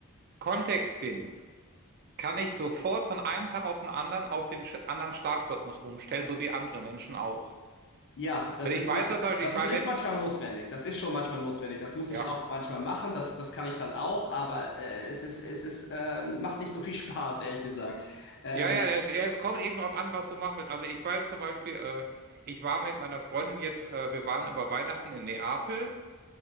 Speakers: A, on the right; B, on the left.
A: Kontext bin, kann ich sofort von einem Tag auf den anderen auf den sch anderen Schlafrhythmus umstellen, so wie andere Menschen auch.
B: ja, das
A: Also
B: ist
A: ich weiß
B: mal,
A: das zum Beispiel,
B: das
A: ich war
B: ist
A: letztens
B: manchmal
A: mal,
B: notwendig. Das ist schon manchmal notwendig. Das muss
A: ja,
B: ich auch manchmal machen. Das, das kann ich dann auch, aber äh, es ist, es ist, ähm, macht nicht so viel <laughs> Spaß, ehrlich gesagt. Ähm,
A: ja, ja, der- ja, es kommt eben darauf an, was du machen willst. Also ich weiß zum Beispiel, äh, ich war mit meiner Freundin jetzt, äh, wir waren über Weihnachten in Neapel.